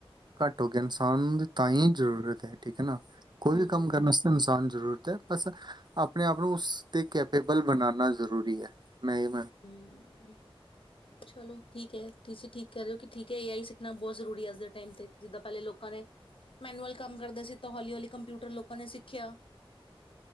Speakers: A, on the right; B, on the left.
A: ਘੱਟ ਹੋ ਕੇ ਇਨਸਾਨ ਦੀ ਤਾਂ ਹੀ ਜ਼ਰੂਰਤ ਹੈ, ਠੀਕ ਹੈ ਨਾ ਕੋਈ
B: ਹੂੰ,
A: ਵੀ ਕੰਮ
B: ਹੂੰ,
A: ਕਰਨ ਵਾਸਤੇ ਇਨਸਾਨ ਜ਼ਰੂਰ ਬਸ ਆਪਣੇ ਆਪ ਨੂੰ ਉਸ ਤੇ ਕੈਪੇਬਲ ਬਣਾਣਾ ਜ਼ਰੂਰੀ ਹੈ। ਮੈਂ ਇਹ
B: ਹੂੰ, ਚਲੋ ਠੀਕ ਹੈ ਤੁਸੀਂ ਠੀਕ ਕਹਿ ਰਿਓ ਕਿ ਠੀਕ ਏ ਆਈ ਸਿੱਖਣਾ ਬਹੁਤ ਜ਼ਰੂਰੀ ਅੱਜ ਟੈਮ ਤੇ ਜਿੱਦਾਂ ਪਹਿਲੇ ਲੋਕ ਲੋਕਾਂ ਨੇ ਮੈਨੂਅਲ ਕੰਮ ਕਰਦੇ ਸੀ ਤਾਂ ਹੌਲੀ- ਹੌਲੀ ਕੰਪਿਊਟਰ ਲੋਕਾਂ ਨੇ ਸਿੱਖਿਆ